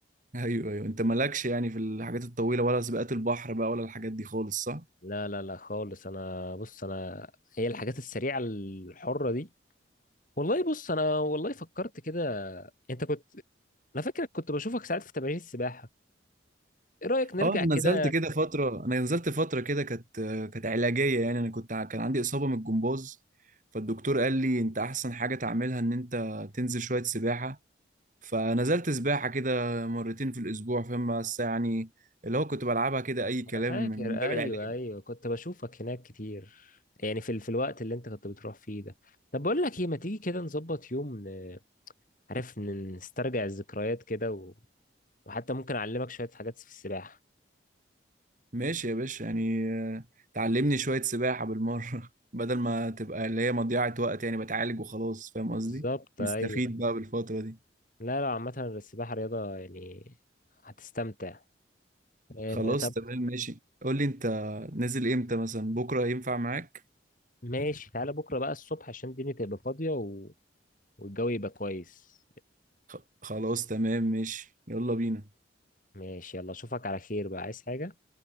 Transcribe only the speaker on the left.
لا لا لا خالص أنا بص أنا هي الحاجات السريعة الحرة دي والله بص أنا والله فكرت كده أنت كنت أنا فاكرك كنت بشوفك ساعات في تمارين السباحة إيه رأيك نرجع
كده
انا فاكر
ايوه
ايوه كنت بشوفك هناك كتير يعني في ال- في الوقت اللي انت كنت بتروح فيه ده طب بقول لك ايه ما تيجي كده نظبط يوم ن- عارف ن- نسترجع الذكريات كده و... وحتى ممكن اعلمك شوية حاجات في السباحة
بالظبط
ايوه
لا لا عامة السباحة رياضة يعني هتستمتع آه
طب
ماشي تعالى بكرة بقى الصبح عشان الدنيا تبقى فاضية و... والجو يبقى كويس
ماشي يلا اشوفك على خير بقى عايز حاجة